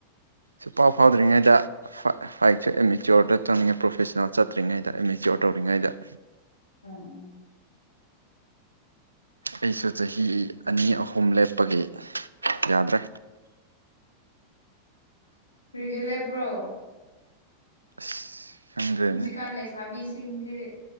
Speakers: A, on the right (about 80°); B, on the left (about 80°).
A: ꯁꯨ ꯄꯥꯎ
B: ꯑꯣ
A: ꯐꯥꯎꯗ꯭ꯔꯤꯉꯩꯗ
B: ꯑꯣ
A: ꯐꯥꯏꯛꯁꯨ ꯑꯦꯝ ꯑꯦꯆꯤꯌꯣꯔꯗ ꯆꯪꯅꯤꯡꯉꯩ ꯄ꯭ꯔꯣꯐꯦꯁꯅꯦꯜ ꯆꯠꯇ꯭ꯔꯤꯉꯩꯗ ꯑꯦꯝ ꯑꯦꯆꯤꯌꯣꯔ ꯇꯧꯔꯤꯉꯩꯗ
B: ꯎꯝ ꯎꯝ
A: ꯑꯩꯁꯨ ꯆꯍꯤ ꯑꯅꯤ ꯑꯍꯨꯝ ꯂꯦꯞꯄꯒꯤ ꯌꯥꯗ꯭ꯔꯦ
B: <inaudible> ꯀꯔꯤꯒꯤ ꯂꯦꯞ ꯄ꯭ꯔꯣ
A: ꯑꯁ ꯈꯪꯗ꯭ꯔꯦꯅꯦ
B: ꯍꯧꯖꯤꯀꯥꯥꯟ ꯂꯩꯁꯥꯕꯤꯁ ꯆꯤꯡꯁꯦ